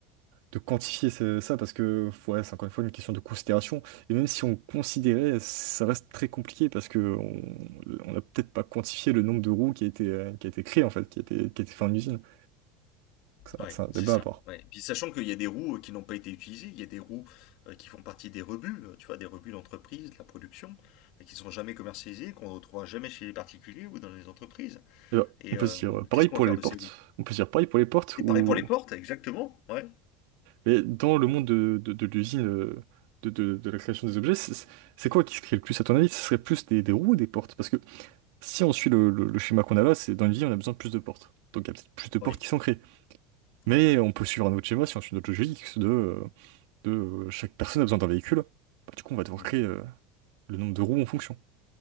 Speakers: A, on the right; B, on the left.
A: de quantifier ce- ça parce que ouais, c'est encore une fois une question de considération. Et même si on considérait, ça reste très compliqué parce que on on n'a peut-être pas quantifié le nombre de roues qui a été, euh, qui a été créé en fait, qui a été, qui a été fait en usine. Donc ça,
B: Ouais,
A: C'est un débat
B: c'est ça.
A: à part.
B: Ouais. Puis sachant qu'il y a des roues euh, qui n'ont pas été utilisées, il y a des roues euh, qui font partie des rebuts, euh, tu vois, des rebuts d'entreprise, de la production, et qui ne sont jamais commercialisées, qu'on ne retrouvera jamais chez les particuliers ou dans les entreprises.
A: Et ben,
B: Et
A: on peut
B: euh,
A: se dire euh, pareil
B: qu'est-ce qu'on
A: pour
B: va faire
A: les
B: de
A: portes.
B: ces roues?
A: On peut se dire pareil pour les portes
B: Et
A: ou
B: pareil pour les portes, exactement. Ouais,
A: mais dans le monde de, de, de l'usine, euh, de, de, de la création des objets, c'est c'est quoi qui se crée le plus à ton avis? Ce serait plus des, des roues ou des portes? Parce que si on suit le, le- le schéma qu'on a là, c'est dans une vie, on a besoin de plus de portes. Donc il y a peut-être plus de portes
B: oui,
A: qui sont créées. Mais
B: ouais.
A: on peut suivre un autre schéma, si on suit notre logique, de, euh, de euh, chaque personne a besoin d'un véhicule. Bah, du coup, on va devoir
B: Mhm.
A: créer euh, le nombre de roues en fonction.